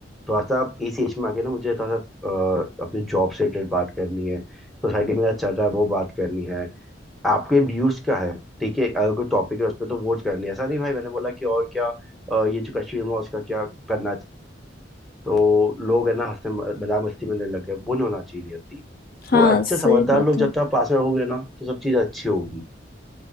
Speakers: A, in the centre; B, on the left (about 50°).
A: थोड़ा सा आप इस एज में आके ना मुझे थोड़ा सा अ, अपने जॉब से रिलेटेड बात करनी है सोसाइटी में क्या चल रहा है वो बात करनी है आपके व्यूज क्या है ठीक है अगर कोई टॉपिक है उस पर तो वोट करनी है ऐसा नहीं भाई मैंने बोला कि और क्या अ, ये जो कश्मीर में उसका क्या करना चाहिए। तो लोग है ना हंसने मजाक मस्ती में लेने लगे वो नहीं होना चाहिए नियति
B: हाँ
A: तो अच्छे
B: सही
A: समझदार
B: बात
A: लोग जब
B: है
A: तक पास में होंगे ना तो सब चीज अच्छी होगी